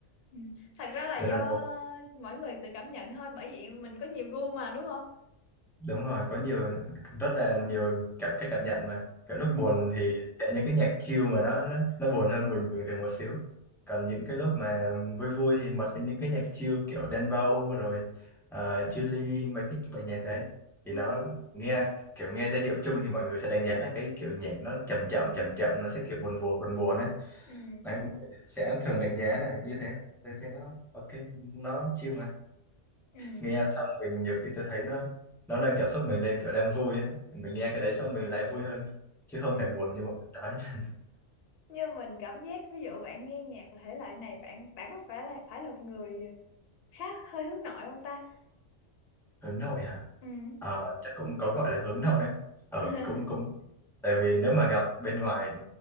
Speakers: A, on the left (about 60°); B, in the centre.
A: Ừ. Thật
B: <laughs>
A: ra là
B: đây
A: do
B: là một
A: mỗi người tự cảm nhận thôi, bởi vậy mình có nhiều gu mà đúng không?
B: đúng rồi có nhiều rất là nhiều cảm cái cảm nhận mà kiểu lúc
A: Ừ.
B: buồn thì sẽ những cái nhạc chill mà nó nó, nó buồn hơn bình bình thường một xíu còn những cái lúc mà vui vui thì bật những cái nhạc chill kiểu Đen Vâu rồi uh, Chillies mấy cái bài nhạc đấy thì nó nghe kiểu nghe giai điệu chung thì mọi người sẽ đánh giá là cái kiểu nhạc nó chậm chậm chậm chậm nó sẽ kiểu buồn buồn buồn buồn ấy
A: Ừ.
B: đấy mọi người sẽ thường đánh giá là như thế thế thế nó ok nó chill mà
A: Ừ.
B: nghe xong mình nhiều khi tôi thấy nó nó nâng cảm xúc mình lên kiểu đang vui á mình nghe cái đấy xong mình lại vui hơn chứ không
A: Ừ.
B: hề buồn như mọi người nói <laughs>
A: Nhưng mình cảm giác ví dụ bạn nghe nhạc và thể loại này bạn bạn có phải là phải là một người khá hơi hướng nội không ta?
B: hướng nội à
A: Ừ.
B: Ờ, chắc cũng có gọi là hướng nội á ờ
A: <laughs>
B: cũng cũng tại vì nếu mà gặp bên ngoài